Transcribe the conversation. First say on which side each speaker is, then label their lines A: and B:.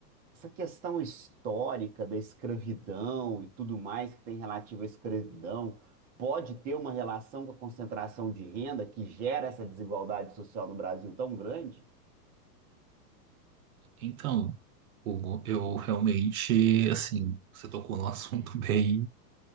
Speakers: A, on the right; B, on the right.
A: essa questão histórica da escravidão e tudo mais que tem relativo à escravidão pode ter uma relação com a concentração de renda que gera essa desigualdade social no Brasil tão grande? <laughs>
B: Então, Hugo, eu realmente, assim, você tocou num assunto <laughs> bem,